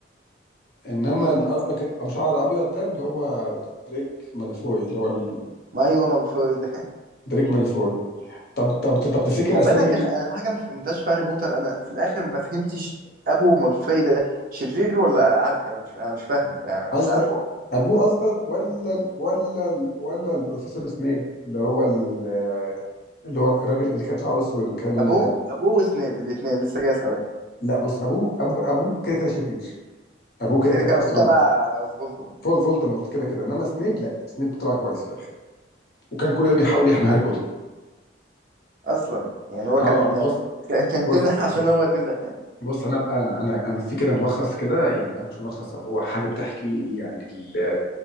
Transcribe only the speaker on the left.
انما
اللي
قصدك ابو شعر ابيض ده اللي هو دريك ماليفوي اللي هو ال-
دريك ماليفوي طب طب طب تفتكر
اسامي
قصدك
ابوه قصدك ولا ال- ولا ال- ولا البروفيسور سنيب اللي هو ال- اللي هو الراجل اللي كان شعره اسود وكان
لا بص ابوه ابوه ابوه كده كده شرير ابوه كده
كده
اصلا
فول فولدمورت كده كده انما سنيب لا سنيب طلع كويس في الاخر وكان كل ده بيحاول يحمي هاري بوتر
اه
بص
بص
بص
بص انا ابقى انا انا انا في كده ملخص كده يعني او مش ملخص أو هو حاجه بتحكي يعني ال-